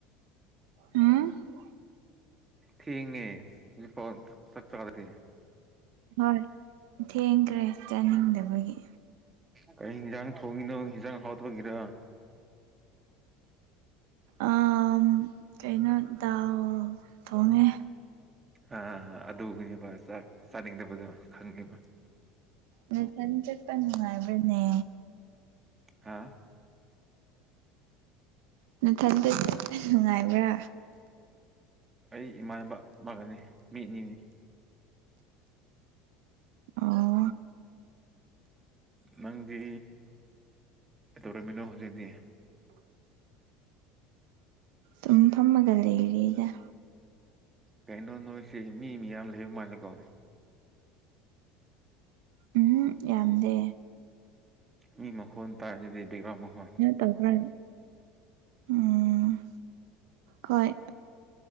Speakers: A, on the right; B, on the right.
A: <unintelligible>
B: ꯊꯦꯡꯅꯦ ꯍꯨꯖꯤꯛ ꯐꯎ ꯆꯥꯛ ꯆꯗꯔꯤ
A: ꯍꯣꯏ ꯊꯦꯡꯈ꯭ꯔꯦ ꯆꯥꯅꯤꯡꯗꯕꯒꯤ
B: ꯀꯔꯤ ꯍꯤꯟꯖꯥꯡ ꯊꯣꯡꯉꯤꯅꯣ ꯍꯤꯟꯖꯥꯡ ꯍꯥꯎꯗꯄꯒꯤꯔ
A: ꯑꯥ ꯀꯩꯅꯣ ꯗꯥꯜ ꯊꯣꯡꯉꯦ
B: ꯑꯥ ꯑꯗꯨꯒꯤꯕ ꯆꯥꯛ ꯆꯥꯅꯤꯡꯗꯕꯗꯣ ꯈꯪꯉꯦꯕ
A: ꯅꯊꯟ ꯆꯠꯄ ꯅꯨꯡꯉꯥꯏꯕ꯭ꯔꯅꯦ
B: ꯍꯥ
A: ꯅꯊꯟꯇ ꯆꯠꯄ ꯅꯨꯡꯉꯥꯏꯕ꯭ꯔꯥ
B: ꯑꯩ ꯏꯃꯥꯟꯕ ꯑꯃꯒꯅꯦ ꯃꯤ ꯑꯅꯤꯅꯦ
A: ꯑꯣ
B: ꯅꯪꯗꯤ ꯀꯩꯗꯧꯔꯝꯃꯤꯅꯣ ꯍꯧꯖꯤꯛꯇꯤ
A: ꯗꯨꯝ ꯐꯝꯃꯒ ꯂꯩꯔꯤꯗ
B: ꯀꯩꯅꯣ ꯅꯣꯏꯁꯦ ꯃꯤ ꯃꯤꯌꯥꯝ ꯂꯩꯕ ꯃꯥꯜꯂꯦꯀꯣ
A: ꯎꯝꯍꯨꯝ ꯌꯥꯝꯗꯦ
B: ꯃꯤ ꯃꯈꯣꯟ ꯇꯥꯏꯗꯨꯗꯤ ꯕꯦꯛꯒ꯭ꯔꯥꯎꯟ ꯃꯈꯣꯟ
A: ꯇꯥꯕ꯭ꯔ ꯎꯝ ꯍꯣꯏ